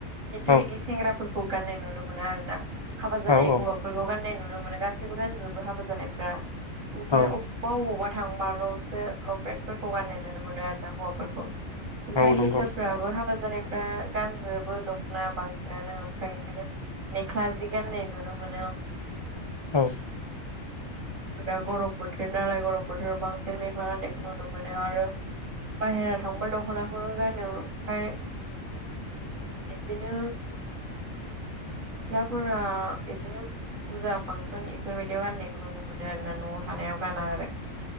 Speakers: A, on the right; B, on the left.
A: खिन्थु
B: औ
A: बिदि सेंग्रा फोरखौ गाननाय नुनो मोना आर ना हाबा जानाय
B: औ
A: हौवा फुलबाव गाननाय नुनो मोनो गासैबो गानजोबो हाबो जानायफ्रा ओमफ्राय
B: औ
A: अबाबावबा थांबाल'सो लपेटफोरखौ गाननाय नुनो मोनो आरो ना हौवाफोरखौ ओमफाय
B: औ
A: हिनजावफ्राबो
B: नंगौ
A: हाबा जानायफ्रा गानजोबो दख'ना बांसिनानो ओमफ्राय बिदिनो मेख्ला जि गाननाय नुनो मोनो
B: औ
A: दा गरम बोथोर नालाय गरम बोथोराव बांसिन मेख्ला गान्नायखौ नुनो मोनो आरो बाहेरा थांब दख'नाखौनो गानो ओमफाय एदिनो सिख्लाफोरा बिदिनो फुजा फांसन इफोरबायदियाव गान्नायखौ नुनो मोनो मोनो आरोन न'आव थानायाव गाना आरो